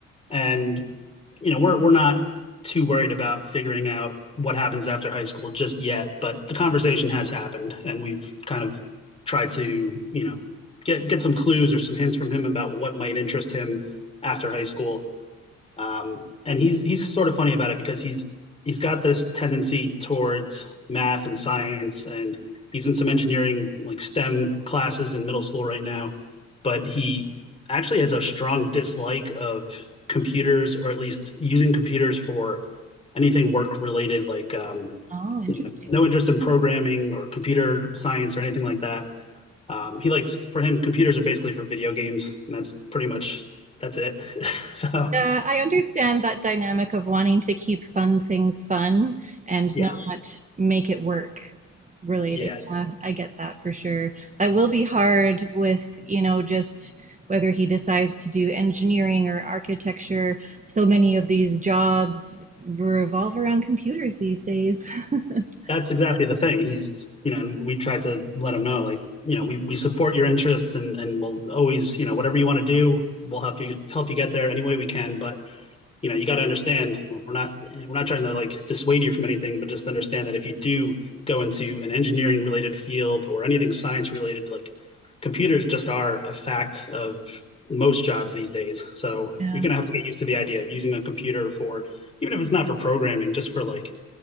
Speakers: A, on the left (about 20°); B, on the right (about 25°).
A: and you know, we're we're not too worried about figuring out what happens after high school just yet, but the conversation has happened, and we've kind of tried to, you know, get get some clues or some hints from him about what might interest him after high school. Um, and he's he's sort of funny about it because he's he's got this tendency towards math and science, and he's in some engineering like STEM classes in middle school right now. But he actually has a strong dislike of computers, or at least using computers for anything work related, like um,
B: Oh, interesting.
A: you know, no interest in programming or computer science or anything like that. Um, he likes for him computers are basically for video games, and that's pretty much that's it. <laughs> so
B: Uh, I understand that dynamic of wanting to keep fun things fun and
A: yeah,
B: not make it work related.
A: yeah.
B: Yeah, I get that for sure. That will be hard with, you know, just whether he decides to do engineering or architecture. So many of these jobs revolve around computers these days. <laughs>
A: that's exactly the thing. He's, you know, and we try to let him know, like, you know, we, we support your interests and, and we'll always, you know, whatever you want to do, we'll help you help you get there any way we can. But, you know, you got to understand we're not we're not trying to like dissuade you from anything, but just understand that if you do go into an engineering related field or anything science related, like computers just are a fact of most jobs these days. So
B: Yeah,
A: you're going to have to get used to the idea of using a computer for, even if it's not for programming, just for like